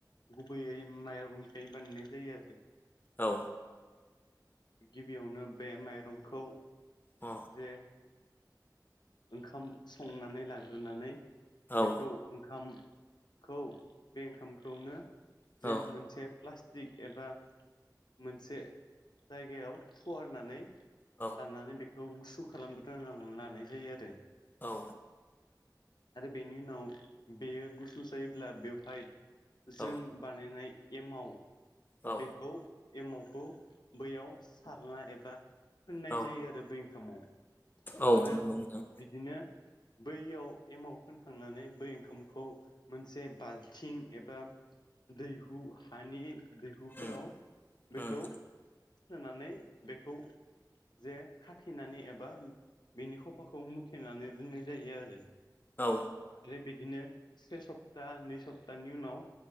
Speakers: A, on the left (about 75°); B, on the left (about 25°).
A: गुबैयै माइरंनिफ्राय बानायनाय जायो‌ आरो।
B: औ
A: गिबियावनो बे माइरंखौ‌
B: अ
A: जे‌ ओंखाम संनानै लाग्रोनानै
B: औ
A: बेखौ‌ ओंखामखौ बे ओंखामखौनो
B: औ
A: जे मोनसे प्लास्टिक एबा मोनसे जायगायाव फुवारनानै
B: औ
A: लांनानै बेखौ गुसु खालामग्रोना लानाय जायो आरो।
B: औ।
A: आरो बेनि उनाव बेयो गुसु जायोब्ला बेवहाय जों
B: औ
A: बानायनाय एमाव
B: औ
A: बेखौ एमावखौ बैयाव सारना एबा फोननाय
B: औ
A: जायो आरो बै ओंखामाव।
B: औ
A: आरो
B: नंगौ नोंथां।
A: बिदिनो बैयाव एमाव फोनखांनानै बै ओंखामखौ मोनसे बाल्थिं एबा दैहु हानि दैहुफोराव
B: उम
A: बेखौ
B: उम
A: सोनानै बेखौ जे खाथेनानै एबा बिनि ख खफाखौ मुथेनानै दोननाय जायो आरो।
B: औ
A: आरो बिदिनो से सप्ता नै सप्तानि उनाव